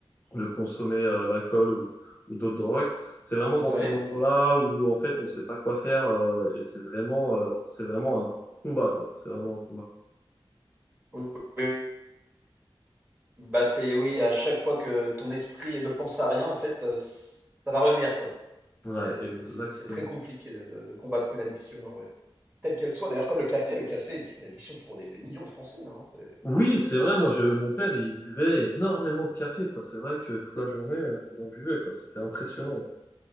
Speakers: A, on the left; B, on the right.
A: de consommer euh, de l'alcool ou, ou d'autres drogues. C'est vraiment
B: Oui.
A: dans ces moments-là où en fait on sait pas quoi faire euh, et c'est vraiment euh, c'est vraiment un combat quoi. C'est vraiment un combat.
B: Oui, bah, c'est oui, à chaque fois que ton esprit ne pense à rien, en fait, heu, ç ça va revenir, quoi.
A: Ouais,
B: C'est
A: exactement.
B: c'est c'est très compliqué de de de combattre une addiction, heu, ouais, telle qu'elle soit. D'ailleurs, comme le café, le café est une addiction pour des des millions de Français, hein. C'est
A: Oui, c'est vrai. Moi, je, mon père, il buvait énormément de café, quoi. C'est vrai que toute la journée, euh, il en buvait, quoi. C'était impressionnant.